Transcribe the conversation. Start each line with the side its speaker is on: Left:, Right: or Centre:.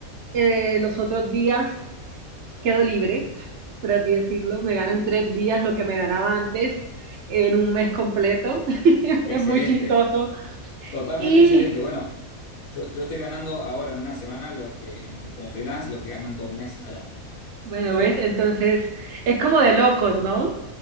Right: eh, los otros días quedo libre, por así decirlo. Me gano en tres días lo que me ganaba antes en un mes completo. <laughs>
Left: Excelente.
Right: es muy chistoso.
Left: Totalmente
Right: Y
Left: excelente. Bueno, yo, yo estoy ganando ahora en una semana lo que en- como freelance lo que gano en todo un mes allá.
Right: bueno,
Left: O sea,
Right: ¿ves? Entonces, es como de locos, ¿no?